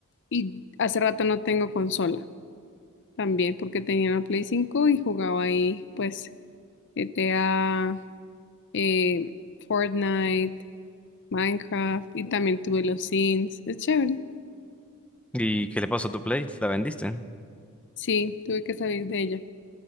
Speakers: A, on the left; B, in the centre.
A: y hace rato no tengo consola también porque tenía una Play 5 y jugaba ahí pues GTA, eh, Fortnite, Minecraft y también tuve los Sims. Es chévere.
B: ¿Y qué le pasó a tu Play? ¿La vendiste?
A: Sí, tuve que salir de ella.